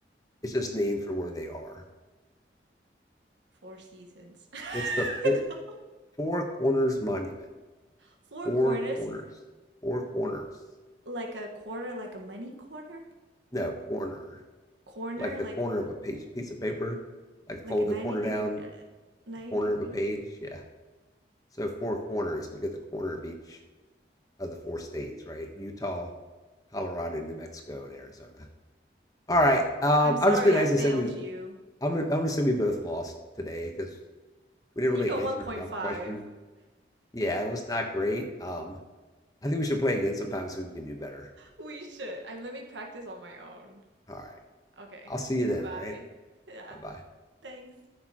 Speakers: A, on the left (about 20°); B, on the right (about 80°).
A: it's just named for where they are.
B: Four seasons. <laughs>
A: It's the four,
B: No.
A: four Corners Monument.
B: Four
A: Four
B: corners,
A: corners, four corners.
B: like a quarter, like a money quarter?
A: No corner,
B: Corner,
A: like the
B: like
A: corner of a page, piece of paper, like fold
B: like a 90
A: the corner
B: degree
A: down,
B: uh, 90
A: the corner
B: degree?
A: of a page. Yeah. So four corners. 'cause You get the corner of each of the four states, right? Utah, Colorado, New Mexico, and Arizona. All right. Um,
B: I'm sorry,
A: I'll just be nice
B: I failed
A: and say we
B: you.
A: I'm gonna- I'm gonna say we both lost today because we didn't
B: You
A: really
B: got
A: answer
B: 1.5.
A: enough question. Yeah, it was not great. Um, I think we should play again sometime so we can do better.
B: We should. I'm let me practice on my own.
A: All right.
B: Okay.
A: I'll see you
B: Bye-bye.
A: then. All right.
B: Yeah.
A: Bye bye.
B: Thanks.